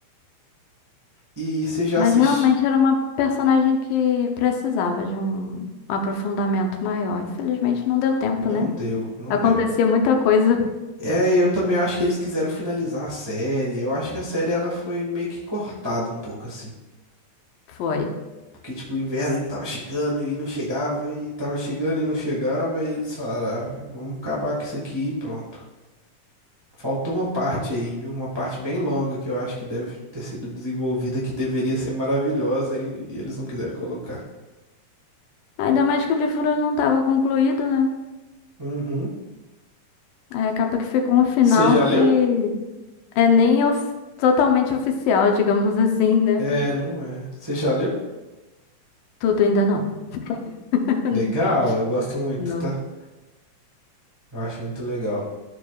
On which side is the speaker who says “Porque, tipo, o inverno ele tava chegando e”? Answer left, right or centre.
Right